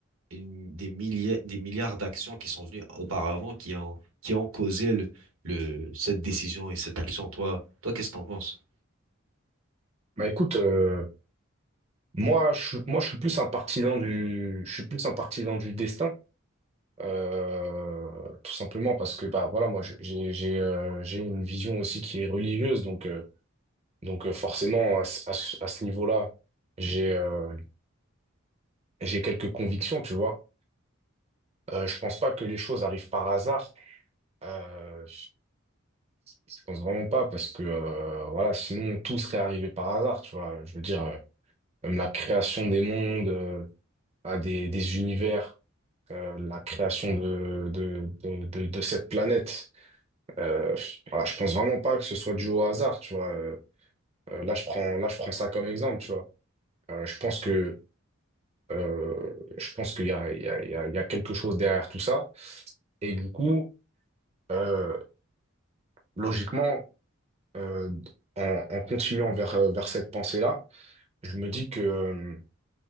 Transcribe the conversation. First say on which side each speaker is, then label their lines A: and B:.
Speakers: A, on the right; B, on the right.
A: une- des milliers, des milliards d'actions qui sont venues auparavant, qui ont, qui ont causé le, le- cette décision et cette action. Toi, toi, qu'est-ce que t'en penses?
B: Bah, écoute, euh, moi, je, suis- moi, je suis plus un partisan du, je suis plus un partisan du destin. euh, tout simplement parce que, bah, voilà, moi, je- j'ai, j'ai, euh, j'ai une vision aussi qui est religieuse, donc, euh, donc, euh, forcément, à, ce- à ce à ce niveau-là, j'ai, euh, j'ai quelques convictions, tu vois. Euh, je pense pas que les choses arrivent par hasard. Euh, Je pense vraiment pas parce que euh, voilà, sinon tout serait arrivé par hasard, tu vois. Je veux dire, euh, même la création des mondes, euh, à des, des univers, euh, la création de, de, de, de, de cette planète. Euh, voilà, je pense vraiment pas que ce soit dû au hasard, tu vois. Euh, euh, là, je prends, là, je prends ça comme exemple, tu vois. Euh, je pense que euh, je pense qu'il y a, il y a, il y a, il y a quelque chose derrière tout ça. Et du coup, euh, logiquement, euh, en, en continuant vers, euh, vers cette pensée-là. je me dis que, euh,